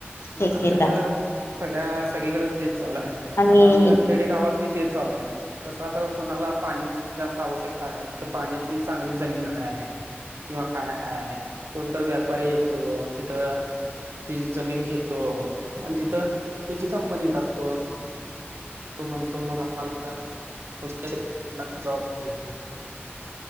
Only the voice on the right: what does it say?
आताच्या
सगळ्या सगळीकडंच तेच चालूय.
आता आमच्या खेडे गावात बी तेच चालूय कसं आता कोणाला पाणी जास्त आवश्यकता आहे जिथं पाण्याची चांगली जमीनय. किंवा काय हाय कोणतर व्यापारी येतो तिथं ती जमीन घेतो. आणि तिथं तिची कंपनी टाकतो. तो म्हणतो मला मा <unintelligible> <unintelligible> तुम्हाला जॉब देऊ